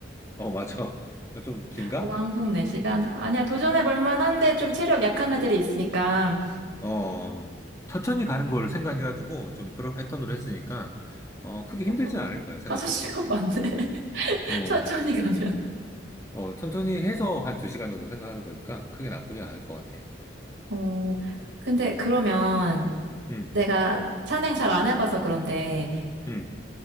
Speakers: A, on the left; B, on the right.
A: 어, 맞아. <laughs> 좀 긴가?
B: 왕복 네 시간. 아니야, 도전해
A: 음,
B: 볼 만한데 좀 체력 약한 애들이 있으니까.
A: 어, 어, 어. 천천히 가는 걸 생각해가지고, 좀 그런 패턴으로 했으니까, 어, 크게
B: 조금
A: 힘들진 않을 거야, 생각보다.
B: 다섯 시간 맞네. <laughs>
A: 어,
B: 천천히 가면.
A: 어, 천천히 해서 한 두 시간 정도 생각하는 거니까, 크게 나쁘진 않을 것 같아.
B: 어, 근데 그러면,
A: 음,
B: 내가 산행 잘 안 해봐서 그런데
A: 음.